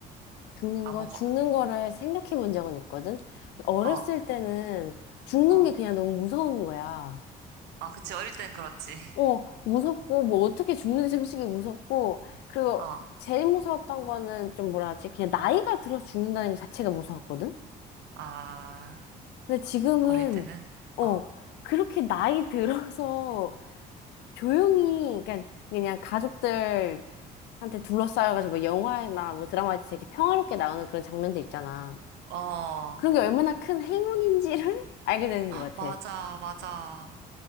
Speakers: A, on the left; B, on the right.
A: 죽는
B: 아무거나.
A: 거? 죽는 거를 생각해 본 적은 있거든? 어렸을
B: 어,
A: 때는 죽는
B: 어.
A: 게 그냥 너무 무서운 거야.
B: 아, 그치. 어릴 땐 그렇지. <laughs>
A: 어, 무섭고, 뭐 어떻게 죽는지 솔직히 무섭고, 그리고
B: 어,
A: 제일 무서웠던 거는 좀 뭐라 하지? 그냥 나이가 들어 죽는다는 것 자체가 무서웠거든?
B: 아,
A: 근데 지금은,
B: 어릴 때는?
A: 어,
B: 어,
A: 그렇게 나이 들어서 조용히, 그냥, 그냥 가족들 한테 둘러싸여가지고 뭐 영화나 뭐 드라마에서 되게 평화롭게 나오는 그런 장면들 있잖아.
B: 어.
A: 그런 게 얼마나 큰 행운인지를 <laughs> 알게 되는 것 같아.
B: 맞아, 맞아.